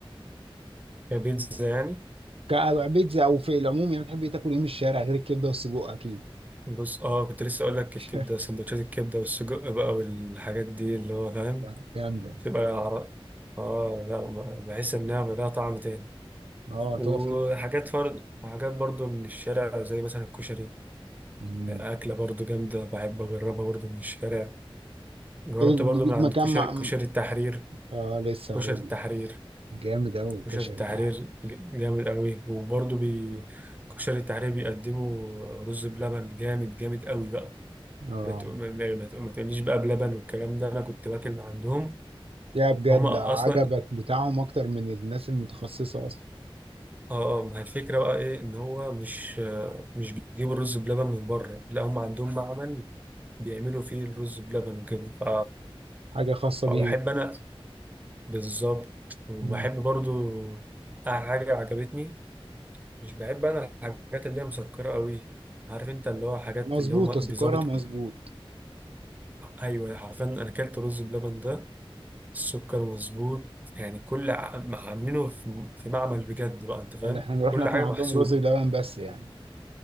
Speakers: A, on the right; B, on the right.
A: كبيتزا يعني
B: ك- بيتزا او في العموم يعني بتحب إيه تاكل ايه من الشارع غير الكبده والسجق اكيد
A: بص اه كنت لسه اقول لك
B: <laughs>
A: الكبده سندوتشات الكبده والسجق بقى والحاجات دي اللي هو فاهم
B: لا جامده
A: تبقى عر- اه لا بحس انها لها طعم تاني
B: اه
A: وحاجات
B: تقف كده
A: فرد وحاجات برضو من الشارع زي مثلا الكشري
B: مم.
A: أكلة برضو جامدة بحب أجربها برضو من الشارع جربت
B: طيب،
A: برضو
B: ليك
A: من عند
B: مكان
A: كشري
B: مع
A: كشري التحرير
B: آه لسه
A: كشري
B: هقول
A: التحرير
B: لك جامد قوي الكشري
A: كشري التحرير
B: بتاعها
A: ج- جامد قوي وبرضو بي كشري التحرير بيقدموا رز بلبن جامد جامد قوي بقى
B: اه
A: ما تق- ما- ما- ما تق- ما تقوليش بقى بلبن والكلام ده أنا كنت باكل من عندهم
B: لا بجد
A: هما
B: عجبك
A: أصلا
B: بتاعهم اكتر من الناس المتخصصه اصلا
A: اه آه، ما هي الفكرة بقى ايه ان هو مش آه، مش بيجيبوا الرز بلبن من بره لا هم عندهم معمل بيعملوا فيه الرز بلبن وكده ف-
B: حاجه خاصه
A: فبحب
B: بيهم
A: انا بالظبط وبحب
B: مم.
A: برضو اعمل حاجه عجبتني مش بحب انا الحاجات اللي هي مسكره قوي عارف انت اللي هو حاجات
B: مظبوط
A: اللي هو ما- بيظبط
B: سكرها مظبوط
A: ايوه حرفيا انا اكلت رز بلبن ده السكر مظبوط يعني كل ع- ما عاملينه في في معمل بجد بقى انت فاهم
B: يعني احنا رحنا
A: كل
B: ناكل
A: حاجه
B: عندهم
A: محسوبه
B: رز بلبن بس يعني